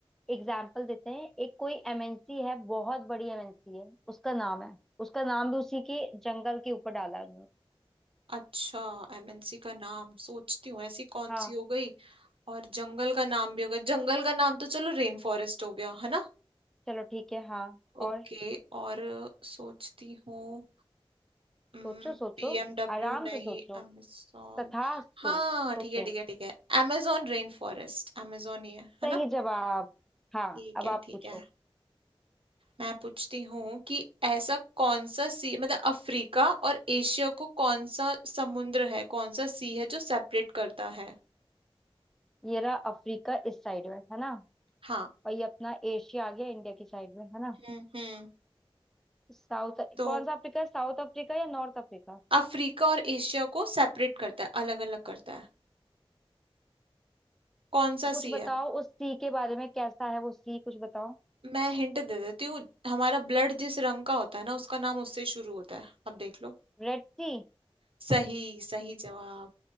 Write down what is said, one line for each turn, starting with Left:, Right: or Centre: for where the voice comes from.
Centre: एग्जाम्पल देते हैं एक कोई एमएनसी है बहुत बड़ी एमएनसी है उसका नाम है उसका नाम भी उसी के जंगल के ऊपर डाला है उन्होंने
Right: अच्छा एमएनसी का नाम सोचती हूँ ऐसी कौन
Centre: हाँ
Right: सी हो गई और जंगल का नाम भी हो गया जंगल का नाम तो चलो रेन फॉरेस्ट हो गया है ना
Centre: चलो ठीक है हाँ और
Right: ओके और सोचती हूँ बीएमडब्ल्यू
Centre: सोचो सोचो आराम
Right: नहीं
Centre: से सोचो
Right: amazon
Centre: तथास्तु
Right: हाँ
Centre: सोचे
Right: ठीक है ठीक है ठीक है amazon रेन फॉरेस्ट amazon ही है है
Centre: सही
Right: ना
Centre: जवाब हाँ
Right: ठीक
Centre: अब
Right: है
Centre: आप
Right: ठीक
Centre: पूछो
Right: है मैं पूछती हूँ कि ऐसा कौन सा सी मतलब अफ्रीका और एशिया को कौन सा समुद्र है कौन सा सी है जो सेपरेट करता है
Centre: ये रहा अफ्रीका इस साइड में है ना
Right: हाँ
Centre: और ये अपना एशिया आ गया इंडिया की साइड में है ना
Right: हम्म हम्म
Centre: साउथ
Right: तो
Centre: कौन सा अफ्रीका है साउथ अफ्रीका या नॉर्थ अफ्रीका
Right: अफ्रीका और एशिया को सेपरेट करता है अलग अलग करता है कौन सा
Centre: कुछ
Right: सी
Centre: बताओ
Right: है
Centre: उस सी के बारे में कैसा है वो सी कुछ बताओ
Right: मैं हिंट दे देती हूँ हमारा ब्लड जिस रंग का होता है ना उसका नाम उससे शुरू होता है अब देख लो
Centre: रेड सी
Right: सही सही जवाब